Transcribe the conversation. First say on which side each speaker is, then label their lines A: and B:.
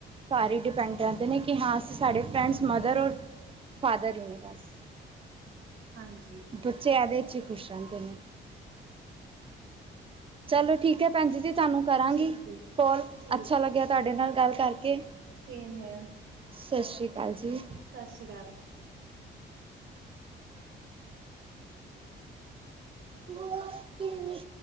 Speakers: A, on the right; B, on the right.
A: ਘਰ ਹੀ ਡਿਪੈਂਡ ਡਰ ਦੇ ਨੇ ਕਿ ਹਾਂ ਅ ਸਾਡੇ ਫਰੈਂਡਸ ਮਦਰ ਔਰ ਫਾਦਰ ਹੀ ਨੇ ਬਸ
B: ਹਾਂਜੀ
A: ਬੱਚੇ ਇਹਦੇ ਚ ਹੀ ਖੁਸ਼ ਰਹਿੰਦੇ ਨੇ ਚਲੋ ਠੀਕ ਹੈ ਭੈਣ ਜੀ ਤੁਹਾਨੂੰ ਕਰਾਂਗੀ
B: ਠੀਕ ਏ
A: ਕੋਲ
B: ਠੀਕ
A: ਅੱਛਾ ਲੱਗਿਆ ਤੁਹਾਡੇ ਨਾਲ ਗੱਲ ਕਰਕੇ
B: ਸੇਮ ਹੈ
A: ਸਤਿ ਸ਼੍ਰੀ ਅਕਾਲ ਜੀ
B: ਸਤਿ ਸ਼੍ਰੀ ਅਕਾਲ
A: ਭੂਆ ਟੀਵੀ